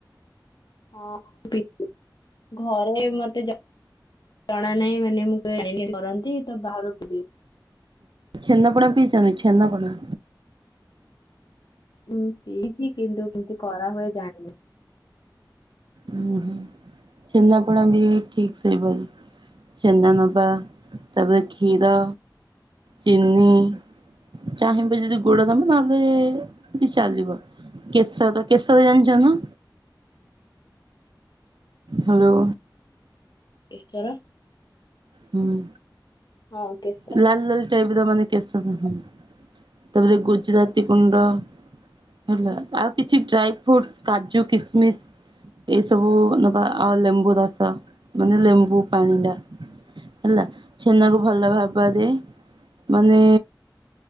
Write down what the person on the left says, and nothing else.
ହଁ <inaudible> ଘରେ ମତେ ଜଣା ନାହିଁ ମାନେ ମୁଁ କରନ୍ତି ତ ବାହାରକୁ
ଉଁ ପିଇଛି କିନ୍ତୁ କେମତି କରାହୁଏ ଜାଣିନି।
କେସର।
ହଁ ଓକେ।
ହୁଁ